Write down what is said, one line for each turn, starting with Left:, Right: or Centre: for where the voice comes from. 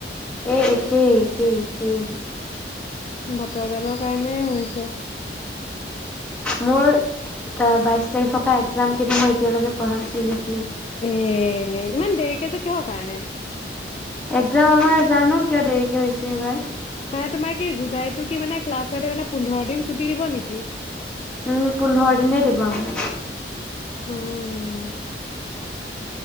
Centre: এক একে একেই ছেম
Left: বতৰ দালৰ কাৰণেই হৈছে
Centre: মোৰ বাইশ তাৰিখৰ পৰা এক্জাম কিন্তু মই এতিয়ালকে পঢ়
Left: এ ইমান দেৰি িক যে কিহৰ কাৰণে
Centre: এক্জাম আমাৰ জানো কিয় দেৰিকে হৈছে এইবাৰ
Left: মান তোমাৰ কি জুলাই কি ক্লাছোন্ধ দ ছুটি দিব নেকি
Centre: উম পোন্ধৰ দিনে দিব আমাৰ
Left: উম